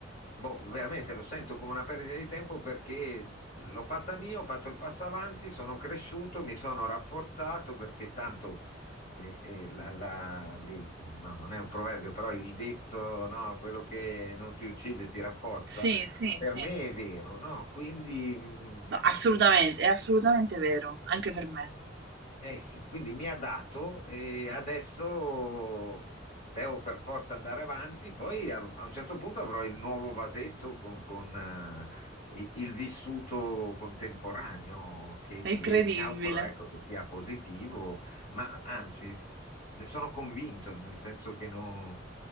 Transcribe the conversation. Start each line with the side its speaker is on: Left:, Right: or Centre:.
Left: boh, veramente lo sento come una perdita di tempo perché l'ho fatta mia, ho fatto il passo avanti, sono cresciuto, mi sono rafforzato perché tanto eh, eh, la- la- lì- no, non è un proverbio, però il detto, no, quello che non ti uccide ti rafforza.
Right: Sì, sì,
Left: Per
Right: sì.
Left: me è vero, no? Quindi
Right: No, assolutamente,
Left: mh,
Right: è assolutamente vero, anche per me.
Left: eh sì, quindi mi ha dato e adesso devo per forza andare avanti. Poi a, a un certo punto avrò il nuovo vasetto con, con, eh, i- il vissuto contemporaneo che,
Right: È
Left: che
Right: incredibile.
Left: mi auguro, ecco, che sia positivo, ma anzi, ne sono convinto, nel senso che non,